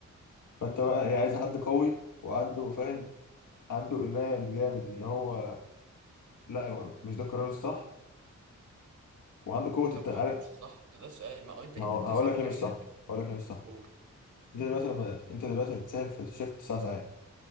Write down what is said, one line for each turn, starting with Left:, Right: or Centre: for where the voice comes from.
Left: فانت
Right: صح
Left: بقى هي عايزه حد قوي وعنده فاهم عنده ايمان جامد ان هو لا هو مش ده القرار الصح وعنده قوه
Right: طب
Left: الت-
Right: هو
Left: عارف
Right: دي مش صح ما ده السؤال ما هو انت
Left: ما
Right: انت
Left: هو
Right: بتسعى
Left: هقول لك
Right: في كاريرك
Left: ليه مش صح هقول لك ليه مش صح
Right: قول
Left: انت دلوقتي لما انت دلوقتي بتسهل في شيفت تسع ساعات